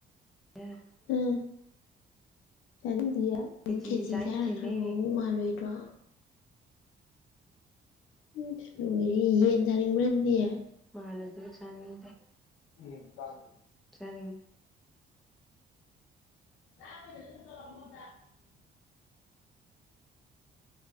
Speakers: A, in the centre; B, on the left (about 90°).
A: <unintelligible>
B: ꯎꯝ ꯆꯅꯤꯡꯗꯤꯌꯦ
A: ꯈꯦꯆꯤꯗꯤ
B: ꯈꯦꯆꯤ
A: ꯆꯥꯅꯤꯡꯗꯦꯃꯦ
B: ꯆꯥꯔ ꯈꯔ ꯃꯑꯣꯡ ꯃꯥꯜꯂꯣꯏꯗ꯭ꯔꯣ ꯎꯝ ꯂꯣꯢꯔꯦ ꯌꯦꯟ ꯆꯥꯅꯤꯡꯕ꯭ꯔꯥ ꯑꯗꯨꯗꯤ
A: ꯃꯥꯂꯖꯨ ꯑꯩ ꯆꯅꯤꯡꯗꯦ
B: ꯎꯝ ꯆꯥꯗꯣꯅꯤ
A: ꯆꯥꯅꯤꯡ
B: <unintelligible>